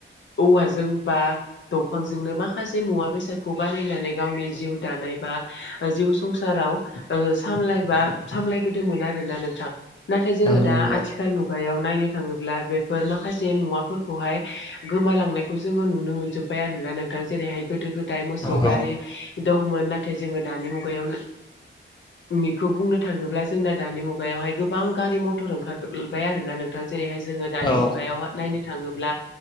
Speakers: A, on the left; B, on the left.
A: औवाजों बा दंफांजोंनो माखासे मुवा बेसादखौ बानायनानै गावनि जिउ दानाय बा जिउ संसाराव सामलायबा ओ सामलायबोदोंमोन आरोना नोंथां। नाथाय जोंङो
B: औ
A: दा
B: नंगौ
A: आथिखाल मुगायाव नायनो थाङोब्ला बेफोर माखासे मुवाफोरखौहाय गोमालांनायखौ जोंङो नुनो मोनजोब्बाय आरोना नोंथां जेरैहाय गोदो गोदाय मोसौ
B: नंगौ
A: गारि दंमोन नाथाय जोंङो दानि मुगायाव बेखौ बुंनो थाङोब्ला जोंना दानि मुगायाव बेवहाय गोबां गारि मथर ओंखारोबबाय आरोना नोंथां जेरैहाय जोंङो दानि
B: औ
A: मुगायाव नायनो थाङोब्ला